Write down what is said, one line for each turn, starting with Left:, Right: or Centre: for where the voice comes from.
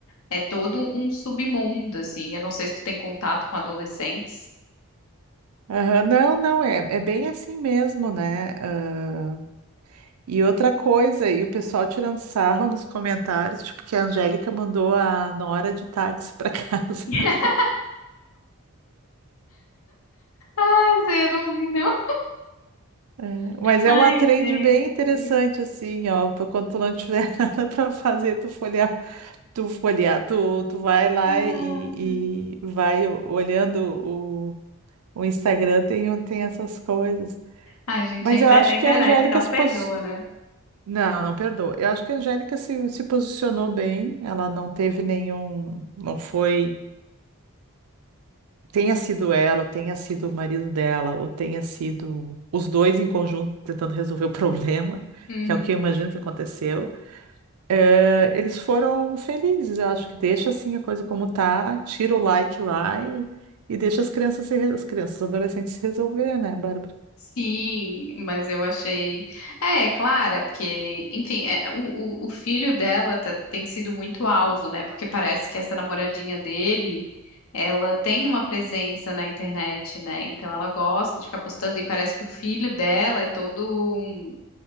Left: é todo um submundo, assim. Eu não sei se tu tem contato com adolescentes.
Right: Aham, Não, não, é, é bem assim mesmo, né? Ah, e outra coisa, e o pessoal tirando sarro nos comentários, tipo, que a Angélica mandou a Nora de táxi para casa.
Left: <laughs>
Right: <laughs>
Left: Essa eu não vi, não.
Right: É, mas
Left: Ai,
Right: é uma trend
Left: gente.
Right: bem interessante, assim, ó, pra quando tu não tiver <laughs> nada para fazer, tu folhear, tu folhear, tu, tu vai lá
Left: Ah.
Right: e, e vai o- olhando O Instagram tem, o- tem essas coisas.
Left: Ai, gente,
Right: Mas
Left: a, inter-
Right: eu acho
Left: a internet
Right: que a Angélica
Left: não
Right: se
Left: perdoa,
Right: pos...
Left: né?
Right: Não, não perdoa. Eu acho que a Angélica se, se posicionou bem. Ela não teve nenhum. Não foi. Tenha sido ela, ou tenha sido o marido dela, ou tenha sido os dois em conjunto tentando resolver o <laughs> problema,
Left: Uhum.
Right: que é o que eu imagino que aconteceu. eh, eles foram felizes. Eu acho que deixa assim a coisa como tá, tira o like lá e, e deixa as crianças, se, re- as crianças, os adolescentes se resolver, né, Bárbara?
Left: Sim, mas eu achei. É, é claro, é porque, enfim, é, o, o o filho dela tá- tem sido muito alvo, né? Porque parece que essa namoradinha dele, ela tem uma presença na internet, né? Então ela gosta de ficar postando e parece que o filho dela é todo hum,